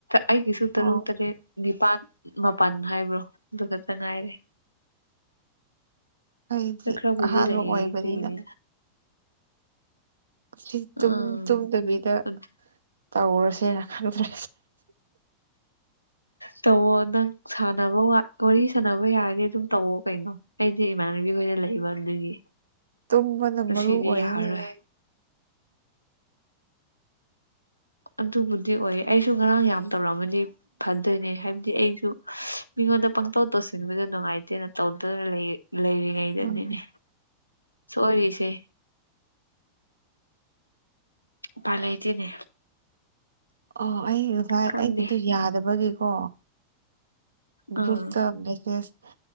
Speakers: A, on the left; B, on the right.
A: ꯑꯩꯒꯤꯁꯨ ꯇꯔꯨꯛ
B: ꯑꯣ
A: ꯇꯔꯦꯠ ꯅꯤꯄꯥꯟ ꯃꯥꯄꯜ ꯍꯥꯏꯕ꯭ꯔꯣ ꯑꯗꯨ ꯈꯛꯇ ꯉꯥꯏꯔꯦ
B: ꯑꯩꯗꯤ
A: ꯈꯔꯕꯨꯗꯤ
B: ꯑꯍꯥꯟꯕ
A: ꯂꯩꯔꯤ
B: ꯑꯣꯏꯕꯅꯤꯅ
A: ꯑꯗꯨꯒꯤꯅꯤ
B: ꯁꯤ
A: ꯎꯝ
B: ꯇꯨꯝ ꯇꯨꯝꯗꯕꯤꯗ
A: ꯑꯗꯨ
B: ꯇꯧꯔꯁꯦꯅ ꯈꯪꯗ꯭ꯔꯦ
A: ꯇꯧꯋꯣ ꯅꯪ ꯁꯥꯟꯅꯕ ꯋꯥꯋꯥꯔꯤ ꯁꯥꯟꯅꯕ ꯌꯥꯔꯗꯤ ꯑꯗꯨꯝ ꯇꯧꯋꯣ ꯀꯩꯅꯣ ꯑꯩꯗꯤ ꯏꯃꯥꯟꯅꯕꯤꯈꯣꯏꯗ ꯂꯩꯕ ꯑꯗꯨꯒꯤ
B: ꯇꯨꯝꯕꯅ
A: ꯉꯁꯤꯗꯤ
B: ꯃꯔꯨꯑꯣꯏꯔꯦꯅꯦꯍꯦ
A: ꯌꯥꯔꯔꯣꯏ ꯑꯗꯨꯕꯨꯗꯤ ꯑꯣꯏꯌꯦ ꯑꯩꯁꯨ ꯉꯔꯥꯡ ꯌꯥꯝ ꯇꯧꯔꯛꯑꯝꯕꯅꯤ ꯐꯗꯣꯏꯅꯤ ꯍꯥꯏꯕꯗꯤ ꯑꯩꯁꯨ ꯃꯤꯉꯣꯟꯗ ꯄꯪꯇꯧ ꯇꯧꯁꯤꯟꯕꯗꯣ ꯅꯨꯡꯉꯥꯏꯇꯦꯅ ꯇꯧꯗꯅ ꯂꯩ ꯂꯩꯔꯤꯉꯩꯗꯅꯤꯅꯦ
B: ꯎꯝ
A: ꯁꯣꯏꯔꯤꯁꯦ ꯎꯄꯥꯏ ꯂꯩꯇꯦꯅꯦ
B: ꯑꯣ ꯑꯩ ꯉꯁꯥꯏ
A: ꯈꯪꯗꯦ
B: ꯑꯩꯒꯤꯗꯣ ꯌꯥꯗꯕꯒꯤꯀꯣ ꯒ꯭ꯔꯨꯞꯇ
A: ꯎꯝ
B: ꯃꯦꯁꯦꯁ